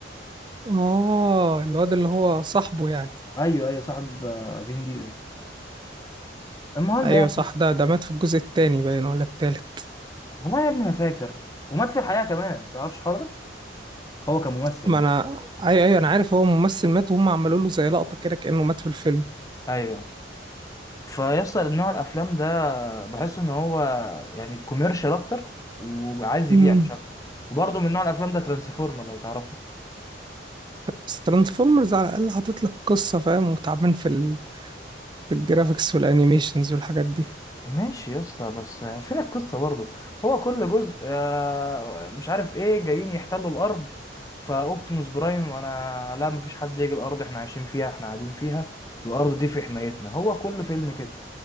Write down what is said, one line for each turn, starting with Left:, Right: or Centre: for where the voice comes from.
Right: آه الواد اللي هو صاحبه يعني
Left: ايوه ايوه صاحب آه، فين ديزل المهم
Right: أيوة
Left: يعني
Right: صح ده ده مات في الجزء التاني باين ولا التالت
Left: والله يا ابني ما فاكر ومات في الحقيقه كمان ما تعرفش الحوار ده هو كممثل
Right: ما
Left: يعني
Right: أنا أيوة أيوة أنا عارف هو ممثل مات وهم عملوا له زي لقطة كده كأنه مات في الفيلم
Left: ايوه فيصل نوع الافلام ده بحس ان هو يعني كوميرشال اكتر وعايز يبيع
Right: امم
Left: مش اكتر وبرضه من نوع الافلام ده ترانسفورمر لو تعرفه
Right: بس ترانسفورمرز على الأقل حاطط لك قصة فاهم وتعبان في ال... في الجرافيكس والأنيميشنز والحاجات دي
Left: ماشي يا اسطى بس فين القصه برضه هو كل جزء آه، مش عارف ايه جايين يحتلوا الارض فاوبتيموس برايم انا لا مفيش حد يجي الارض احنا عايشين فيها احنا قاعدين فيها الارض دي في حمايتنا هو كل فيلم كده